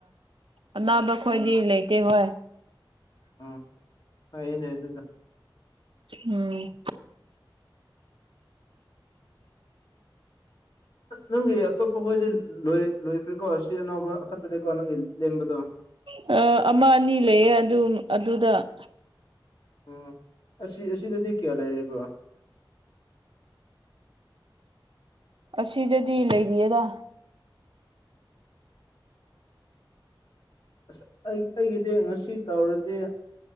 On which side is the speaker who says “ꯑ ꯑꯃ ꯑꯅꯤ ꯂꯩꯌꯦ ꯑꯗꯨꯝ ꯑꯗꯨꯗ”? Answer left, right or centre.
Right